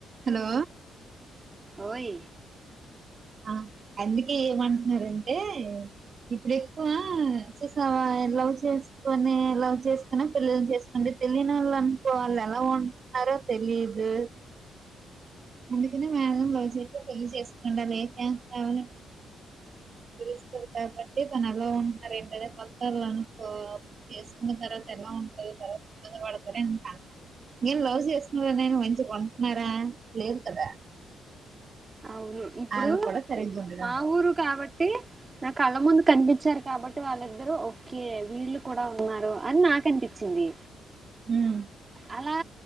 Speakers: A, on the right; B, on the right.
A: Hello
B: ఓయ్
A: ఆ అందుకే ఏమంటున్నారంటే, ఇప్పుడు ఎక్కువ చుసావా లవ్ చేసుకొనే లవ్ చేసుకొనె పెళ్ళీళు చేసుకోండి తెలియనోళ్ళు అనుకో ఆళ్ళు ఎలా ఉంటున్నారో తెలియదు. అందుకనే మ్యాస్మం లవ్ చేసే పెళ్లి చేసుకోండి <unintelligible> కాబట్టి తను ఎలా ఉంటారు ఏంటి అది కొత్తల్లో అనుకో చేసుకున్న తర్వాత ఎలా ఉంటందో తర్వాత ఇబ్బంది పడుతు <inaudible> నేను లవ్ చేసుకునే నేను మంచిగుంట్నారా! లేదు కదా.
B: అవును ఇప్పుడు
A: వాళ్ళు కూడా సరిగ్గా ఉండడం
B: మా
A: లేదు
B: ఊరు కాబట్టి నా కళ్ళ ముందు కనిపించారు కాబట్టి వాళ్ళిద్దరూ ఒకే వీళ్ళు కూడా ఉన్నారు అని నాకు అనిపించింది.
A: మ్మ్
B: అలా